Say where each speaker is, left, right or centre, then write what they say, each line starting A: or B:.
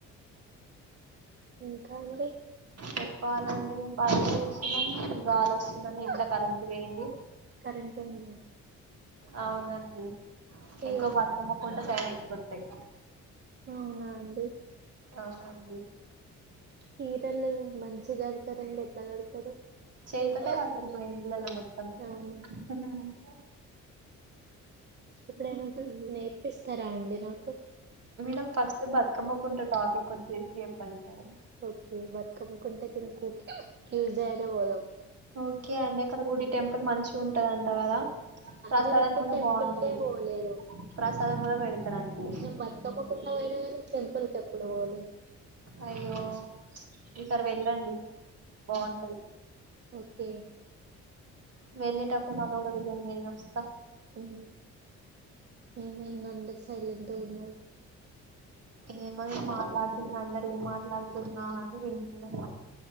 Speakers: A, on the right; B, on the right.
A: ఇంకా అండి
B: చెప్పాలండి
A: <unintelligible>
B: మేము బయట కూర్చున్నాం గాలి వస్తుందని ఇంట్లో కరెంట్ పోయింది
A: కరెంటు వుంది
B: అవునండి
A: అయ్యో
B: ఎక్కువ బతుకమ్మకుంట సైడ్ ఐపోతయి
A: అవునా అండి
B: అవునండి
A: టీప్ ళ్ళు మంచిగా కడతారండి ఎట్లా గడతారు
B: చేయితోటే
A: <unintelligible>
B: కడతారు మా ఇంట్లలో మొత్తం అవునండి
A: ఎప్పుడైనా నాకు నేర్పిస్తారా అండి నాకు
B: madam first Bathukamma Kunta topic వచ్చేసి చెప్పండి మేడం
A: ఓకే బతకమ్మకుంట కదండి ట్యూస్డే నే ఒదం
B: ఓకే అండి అక్కడ గుడి టెంపుల్ మంచిగా ఉంటదంట కదా ప్రసాదం
A: నేనెపుడు
B: కూడా
A: టెంపుల్
B: బాగుంటది
A: కె ఒత వొలేదు
B: ప్రసాదం కూడా పెడతారండి
A: నేన్ వాట్కపో ఫుట పోయినా కాని టెంపుల్ కి ఎప్పుడు పోలేదు
B: అయ్యో ఈసారి వెళ్ళండి బాగుంటది
A: ఓకే
B: వెళ్ళేటప్పుడు నన్ను కూడా పిలవండి నేను వస్తా
A: ఉమ్ ఏమైంది అందరు సైలెంట్ ఉన్నరు
B: ఏమో నేను మాట్లాడుతున్నా అందరు ఏం మాట్లాడుతున్నా అని వింటున్నారు
A: <unintelligible>